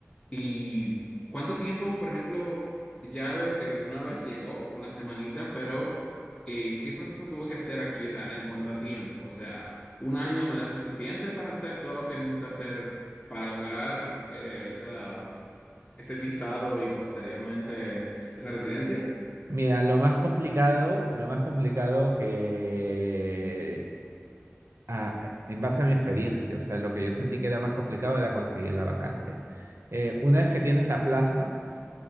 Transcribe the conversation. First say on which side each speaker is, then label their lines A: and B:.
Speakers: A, on the left; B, on the right.
A: ¿Y cuánto tiempo, por ejemplo, ya veo que una vez llegó, una semanita, pero eh, ¿qué proceso tuvo que hacer aquí? O sea, en cuanto a tiempo, o sea, ¿un año me da suficiente para hacer todo lo que necesito hacer para lograr eh, esa, ese visado y posteriormente esa residencia?
B: Mira, lo más complicado, lo más complicado que, ah, en base a mi experiencia, o sea, lo que yo sentí que era más complicado era conseguir la vacante. Eh, una vez que tienes la plaza,